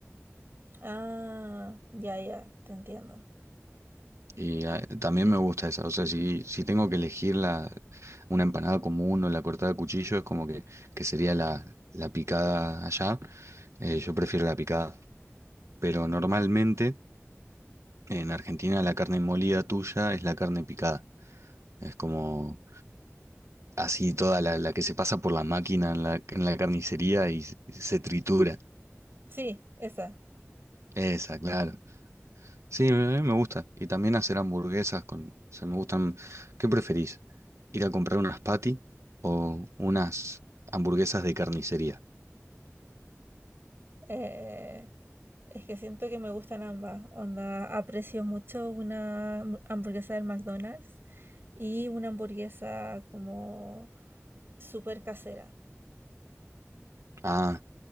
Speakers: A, on the right; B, on the right.
A: Ah, ya, ya, te entiendo.
B: Y ah, también me gusta esa. O sea, si, si tengo que elegir la, una empanada común o la cortada a cuchillo, es como que, que sería la, la picada allá. Eh, yo prefiero la picada. Pero normalmente en Argentina la carne molida tuya es la carne picada. Es como así toda la, la que se pasa por la máquina en la, en la carnicería y se se tritura.
A: Sí, esa.
B: Esa, claro. Sí, me, me gusta. Y también hacer hamburguesas con, o sea, me gustan. ¿Qué preferís? ¿Ir a comprar unas patty o unas hamburguesas de carnicería?
A: Eh, es que siento que me gustan ambas. Onda, aprecio mucho una hamb- hamburguesa del McDonald's y una hamburguesa como súper casera.
B: Ah,